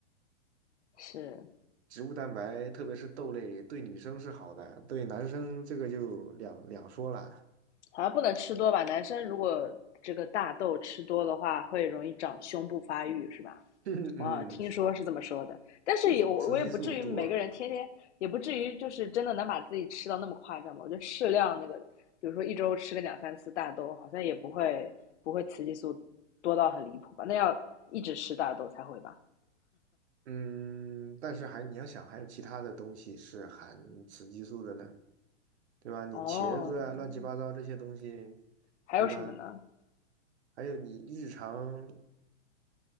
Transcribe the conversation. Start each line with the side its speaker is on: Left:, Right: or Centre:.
Left: 是，
Right: 植物蛋白特别是豆类对女生是好的，对男生这个就两两说了。
Left: 好像不能吃多吧？男生如果这个大豆吃多的话，会容易长胸部发育，是吧？
Right: <laughs> 嗯，
Left: 我听说是这么说的，但是也我我也不至于每个人天天，
Right: 嗯，雌激素多啊
Left: 也不至于就是真的能把自己吃到那么夸张吧？我觉得适量那个，比如说一周吃个两三次大豆，好像也不会不会雌激素多到很离谱吧？那要一直吃大豆才会吧？
Right: 嗯，但是还你要想，还有其他的东西是含雌激素的呢，对吧？你茄子啊，
Left: 哦，
Right: 乱七八糟这些东西，
Left: 还有什么呢？
Right: 对吧？还有你日常